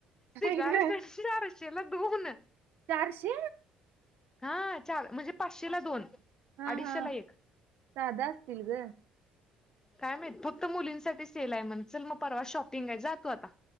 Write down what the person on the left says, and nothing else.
सिगार
पॅन्ट चारशेला दोन
हा चार म्हणजे पाचशे ला दोन
अडीचशेला
एक
काय माहित फक्त मुलींसाठी सेल आहे म्हण चल मग परवा शॉपिंग आहे जा तु आता